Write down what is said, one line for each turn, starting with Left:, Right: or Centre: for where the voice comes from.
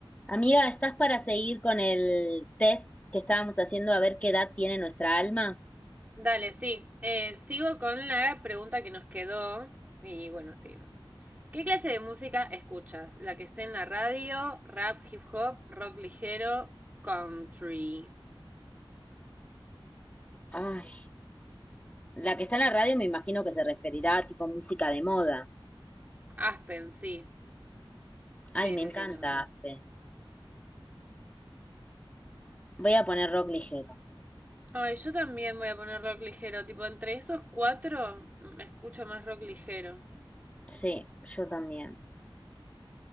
Left: Amiga, ¿estás para seguir con el test que estábamos haciendo a ver qué edad tiene nuestra alma?
Right: Dale, sí. Eh, sigo con la pregunta que nos quedó y bueno, seguimos. ¿Qué clase de música escuchas? ¿La que esté en la radio, rap, hip hop, rock ligero, country?
Left: Ay, la que está en la radio me imagino que se referirá a tipo música de moda.
Right: Aspen, sí.
Left: Ay,
Right: Sí,
Left: me
Right: sí,
Left: encanta
Right: sí, no, sí.
Left: Aspen. Voy a poner rock ligero.
Right: Ay, yo también voy a poner rock ligero. Tipo, entre esos cuatro, mm, escucho más rock ligero.
Left: Sí, yo también.